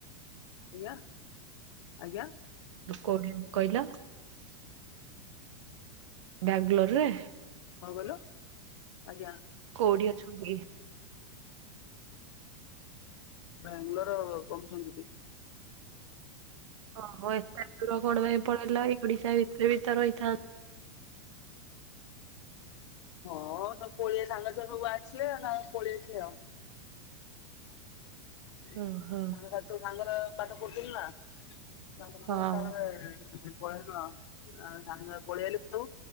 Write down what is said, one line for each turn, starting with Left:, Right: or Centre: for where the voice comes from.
Left: ଆଜ୍ଞା ଆଜ୍ଞା
Right: କୋଉଠି କହିଲ? ବ୍ୟାଙ୍ଗଲୋରରେ?
Left: କଣ କହିଲା ଆଜ୍ଞା ।
Right: କୋଉଠି ଅଛ ବୋଲି
Left: ବ୍ୟାଙ୍ଗଲୋର ରା <unintelligible> ଦିଦି।
Right: ଓହୋ ଏତେ ଦୂର କଣ ପାଇଁ ପଳେଇଲା ଏଇ ଓଡିଶା ଭିତରେ ଭି ତ ରହିଥାନ୍ତ
Left: ହଁ ତ ପୋଳିଏ ସାଙ୍ଗ ସବୁ ଆସିଲେ ଆ ନାଇ ପଳେଇ ଆସିଲି ଆଉ । ସାଙ୍ଗ
Right: ଓହୋ
Left: ସାଥିରେ ସାଙ୍ଗର ପାଠ ପଢୁଥିଲି ନା । ତାଙ୍ଗ
Right: ହଁ
Left: ତାଙ୍କ <unintelligible> ପଳେଇ ନୁହ ତା ସାଙ୍ଗ ପଳେଇଆଇଲି । ତୁ